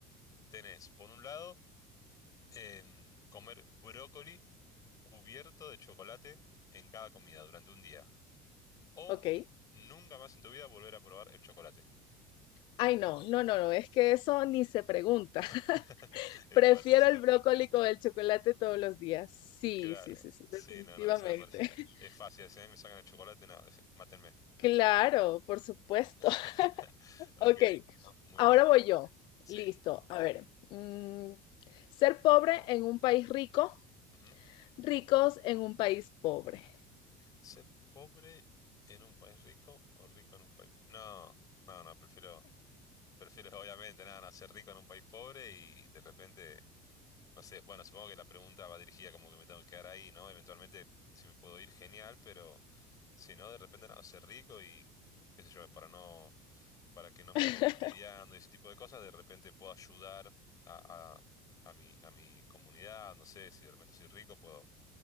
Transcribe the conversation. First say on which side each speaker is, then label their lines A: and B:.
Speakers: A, on the left (about 40°); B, on the left (about 60°).
A: Tenés, por un lado, em, comer brócoli cubierto de chocolate en cada comida durante un día. O
B: Ok.
A: nunca más en tu vida volver a probar el chocolate.
B: Ay, no, no, no, no, es que eso ni se pregunta. <laughs>
A: <laughs> Es
B: Prefiero
A: fuerte, si
B: el
A: no.
B: brócoli con el chocolate todos los días. Sí,
A: Claro.
B: sí, sí, sí,
A: Sí,
B: definitivamente.
A: no, no, esa me parece
B: <laughs>
A: que es fácil. Si a mí me sacan el chocolate, no, dejen, mátenme.
B: Claro, por supuesto.
A: <laughs>
B: <laughs>
A: Ok,
B: Ok,
A: muy
B: ahora
A: bien.
B: voy yo.
A: Sí.
B: Listo, a ver. mm, ser pobre en un país rico,
A: Ujú.
B: ricos en un país pobre.
A: Ser pobre en un país rico o rico en un país... pe- No, no, no, prefiero... Prefiero <laughs> obviamente nada, no, ser rico en un país pobre y de repente No sé, bueno, supongo que la pregunta va dirigida como que me tengo que quedar ahí, ¿no? Eventualmente, si me puedo ir, genial, pero si no, de repente, no, ser rico y, qué sé yo, para no, para que no me
B: <laughs>
A: estén envidiando y ese tipo de cosas, de repente puedo ayudar a, a, a mi, a mi comunidad, no sé, si de repente soy rico, puedo